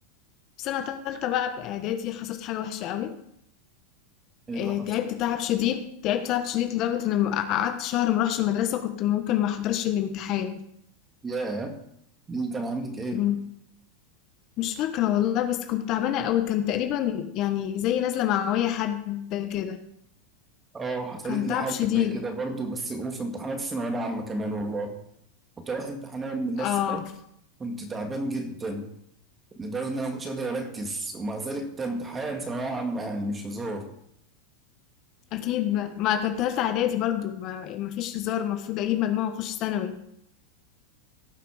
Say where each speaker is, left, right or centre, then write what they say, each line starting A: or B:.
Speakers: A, on the left; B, on the right.
A: في سنة تالتة بقى بإعدادي حصلت حاجة وحشة قوي
B: ايه
A: آه،
B: اللي حصل؟
A: تعبت تعب شديد تعبت تعب شديد لدرجة إن قعدت شهر مروحش المدرسة كنت ممكن ما أحضرش الامتحان
B: ياه دي كان عندك ايه؟
A: مم. مش فاكرة والله بس كنت تعبانة قوي كان تقريبا يعني زي نازلة معوية حد كده
B: اه حصلت
A: كان
B: لي
A: تعب
B: حاجة
A: شديد
B: زي كده برضو بس وفي امتحانات الثانوية العامة كمان والله كنت رايح امتحانات من نفس
A: اه
B: ده كنت تعبان جدا لدرجة إن أنا ما كنتش قادر أركز ومع ذلك ده امتحان ثانوية عامة يعني مش هزار
A: اكيد بقى. ما كان تالتة اعدادي برضو ما ما فيش هزار المفروض اجيب مجموعة واخش ثانوي